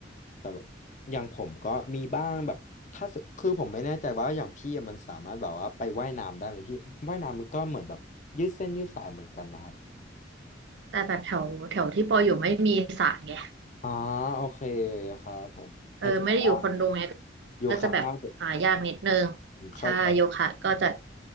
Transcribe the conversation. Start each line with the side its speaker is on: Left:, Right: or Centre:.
Left: แต่แบบอย่างผมก็มีบ้างแบบถ้าสคือผมไม่แน่ใจว่าอย่างพี่อะมันสามารถแบบว่าไปว่ายน้ำได้ไหมพี่ว่ายน้ำมันก็เหมือนแบบยืดเส้นยืดสายเหมือนกันนะครับ
Right: แต่แบบแถวแถวที่ปออยู่ไม่มีสระไง
Left: อ่าโอเคครับผมอาจจะแบบว่า
Right: เออไม่ได้อยู่คอนโดไง
Left: โยคะง่ายสุด
Right: ก็จะแบบอ่ายากนิดนึง
Left: ผมเข้าใจ
Right: ใช่โยคะก็จะ